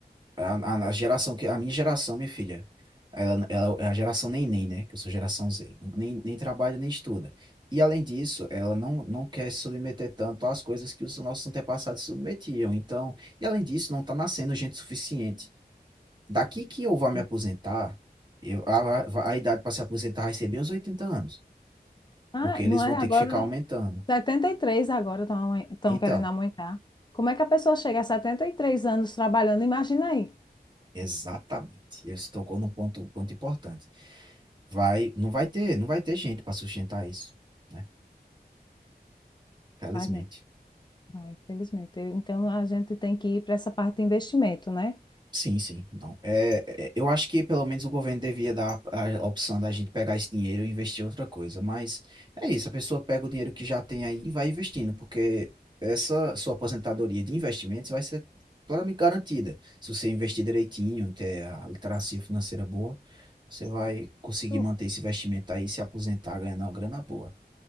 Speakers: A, on the right (about 25°); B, on the left (about 25°).
A: a, a, a geração que. A minha geração, minha filha. Ela, ela é a geração neném, né? Que eu sou geração Z. Nem, nem trabalha, nem estuda. E além disso, ela não, não quer se submeter tanto às coisas que os nossos antepassados se submetiam. Então, e além disso, não está nascendo gente suficiente. Daqui que eu vá me
B: sim.
A: aposentar, eu, a, a, a idade para se aposentar vai ser bem uns 80 anos.
B: Ah,
A: Porque eles
B: não
A: vão
B: é
A: ter
B: agora?
A: que ficar aumentando.
B: 73 agora estão
A: Então,
B: querendo aumentar. Como é que a pessoa chega a 73 anos trabalhando? Imagina aí.
A: exatamente. Você tocou num ponto, ponto importante. Vai, não vai ter, não vai ter gente para sustentar isso. né? Felizmente.
B: Vai não, vai, infelizmente. Eu- Então a gente tem que ir para essa parte de investimento, né?
A: Sim, sim. Não. É, é, eu acho que pelo menos o governo devia dar a opção da gente pegar esse dinheiro e investir em outra coisa. Mas é isso, a pessoa pega o dinheiro que já tem aí e vai investindo, porque essa sua aposentadoria de investimentos vai ser plenamente garantida. Se você investir direitinho, ter a literacia financeira boa, você vai conseguir
B: Eu,
A: manter esse investimento aí e se aposentar ganhando uma grana boa.